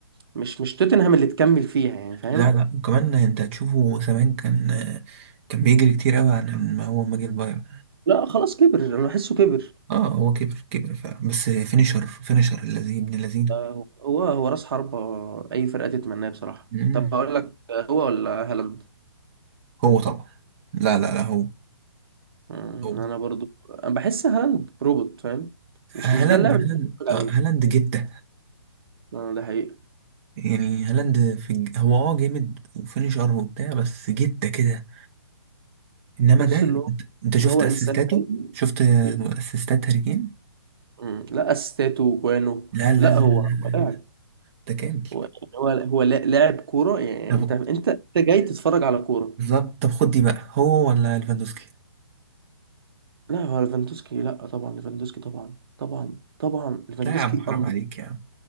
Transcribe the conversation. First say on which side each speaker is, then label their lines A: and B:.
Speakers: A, on the right; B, on the right.
A: مش مش توتنهام اللي تكمل فيها يعني فاهم
B: لا لا وكمان أنت هتشوفه زمان كان آه، كان بيجري كتير أوي عن ما هو ما جه البايرن
A: لا خلاص كبر أنا بحسه كبر
B: اه هو كبر كبر فعلا بس فينيشر فينيشر الذي ابن الذين
A: آه، هو هو رأس حربة أي فرقة تتمناه بصراحة
B: مم.
A: طب أقول لك آه، هو ولا هالاند
B: هو طبعا لا لا لا هو
A: مم،
B: هو
A: انا برضو أنا بحس هالاند روبوت فاهم مش
B: هالاند
A: مش ده اللاعب اللي
B: هالاند
A: أنا بتفرج
B: آه،
A: عليه
B: هالاند جتة
A: اه ده حقيقة
B: يعني هالاند في الج... هو اه جامد وفينيشر وبتاع بس جتة كده انما
A: بحس
B: ده
A: ان هو
B: انت أنت شفت
A: هو
B: اسيستاته
A: انسان حلو
B: شفت اسيستات
A: بي-
B: هاري كين
A: مم، لا اسيستاته وجوانه
B: لا لا
A: لا
B: لا
A: هو
B: لا، لا،
A: هو لاعب
B: لا، ده كامل
A: هو يعني هو هو لا- لاعب كورة يعني
B: طب
A: انت انت انت جاي تتفرج على كورة
B: بالظبط طب خد دي بقى هو ولا ليفاندوسكي
A: لا هو ليفاندوسكي لا طبعا ليفاندوسكي طبعا طبعا طبعا ليفاندوسكي
B: لا يا عم حرام
A: أندر
B: عليك يا عم